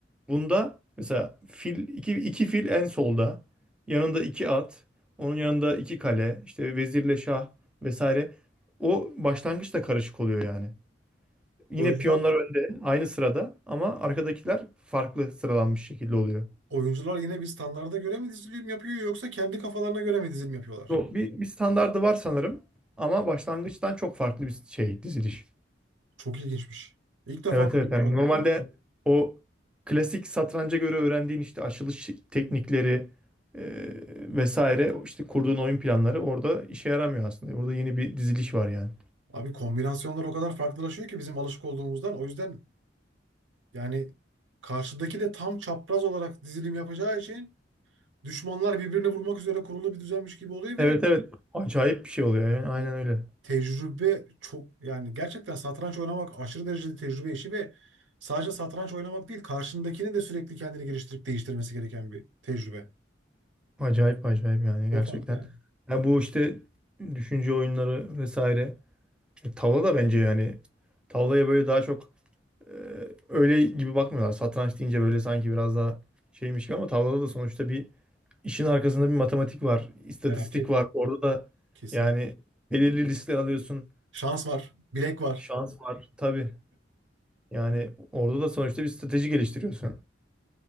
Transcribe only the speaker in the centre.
Bunda mesela fil iki, iki fil en solda. Yanında iki at. Onun yanında iki kale. işte vezirle şah vesaire. O başlangıç da karışık oluyor yani. Yine
piyonlar önde aynı sırada ama arkadakiler farklı sıralanmış şekilde oluyor.
Bu Bir, bir standardı var sanırım ama başlangıçtan çok farklı bir şey diziliş.
Evet
evet yani
normalde
o klasik satranca göre öğrendiğin işte açılış teknikleri e, vesaire işte kurduğun oyun planları orada işe yaramıyor aslında. Orada yeni bir diziliş var yani.
Evet
evet acayip bir şey oluyor yani aynen
öyle.
Acayip acayip yani
gerçekten.
Ya bu işte düşünce oyunları vesaire. E, tavla da bence yani tavlaya böyle daha çok e, öyle gibi bakmıyorlar. Satranç deyince böyle sanki biraz daha şeymiş gibi ama tavlada da sonuçta bir işin arkasında bir matematik var, istatistik
var. Orada da
yani belirli riskler alıyorsun.
Şans var tabii. Yani orada da sonuçta bir strateji geliştiriyorsun.